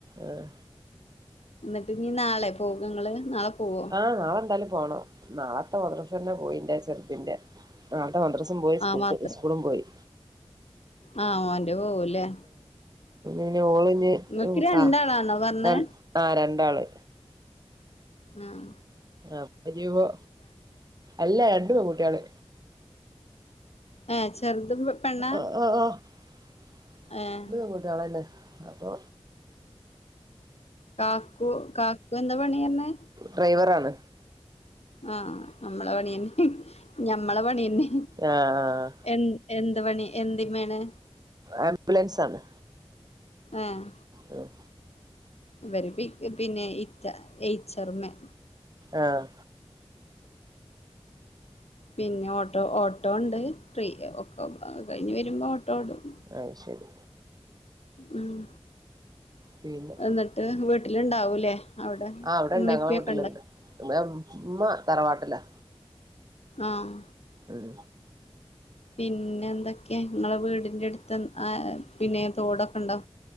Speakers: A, on the right; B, on the left.
A: ആഹ
B: എന്നിട്ട് ഇനീ നാളെ പോകങ്ങള് നാളെ പോവോ
A: ആഹ് നാളെ എന്താലും പോണം നാളെത്തെ മദ്രസ തന്നെ പോയി ഇന്റെ ചെറുതിന്റെ നാളത്തെ മദ്രസം പോയി
B: ആ
A: സ്കൂ
B: മാത്രം
A: സ്കൂളും പോയി
B: ആഹ് ഓൻ്റെ പോവൂല്ലേ
A: അനെ ഓളിഞ്ഞ്സാ
B: ഇങ്ങക്ക് രണ്ടാളാണോ പറഞ്ഞേ
A: ര ആഹ രണ്ടാള്
B: ആഹ
A: അപ്പനിപ്പൊ അല്ല രണ്ടു പെൺകുട്ടികള്
B: ഏഹ് ചെറുതും പെണ്ണാ
A: ആഹ ആഹ ആഹ
B: ഏഹ്
A: ഒരാളല്ലേ അപ്പൊ
B: കാക്കു കാക്കു എന്താ പണി പറഞ്ഞെ
A: ഡ്രൈവർ ആണ്
B: ആഹ നമ്മളെ പണിന്നെ ഞമ്മളെ പണിന്നെ
A: ആഹ്
B: എന്ത എന്ത് പണി എന്തി മേണ്
A: ആംബുലൻസ് ആണ്
B: ആഹ്
A: ഉം
B: ഇവര് പിന്നെ <unintelligible> ഏച്ചർമ്മ
A: ആഹ്
B: പിന്നെ ഓട്ടോ ഓട്ടോ ണ്ട് ഫ്രീ ഒക്ക കഴിഞ്ഞ് വരുമ്പോ ഓട്ടോ ഓടും.
A: അയ്ശരി
B: ഉം
A: പിന്നെ
B: എന്നിട്ട് വീട്ടിലുണ്ടാവൂലേ? അവിടെ
A: ആഹ് അവിടെണ്ട്
B: ഉമ്മിപ്പിയൊക്കെ
A: ഞങ്ങളെ വീട്ടിലുണ്ട്
B: ഉണ്ട്.
A: ഉമ്മ തറവാട്ടിലാ.
B: ആഹ്.
A: ഉം
B: പിന്നെ എന്തൊക്കെയാ? നിങ്ങളെ വീടിൻ്റെ അടുത്ത് പിന്നെ തോടൊക്കെ ഉണ്ടോ?